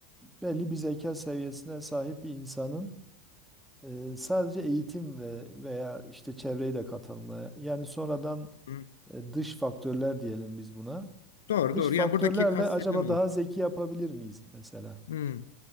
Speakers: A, in the centre; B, on the left.
A: belli bir zeka seviyesine sahip bir insanın e, sadece eğitimle veya işte çevreyi de katalımla yani sonradan
B: hı.
A: e, dış faktörler diyelim biz buna.
B: Doğru
A: Dış
B: doğru.
A: faktörlerle
B: Yani buradaki kastedilen
A: acaba
B: o.
A: daha zeki yapabilir miyiz mesela?
B: Hı.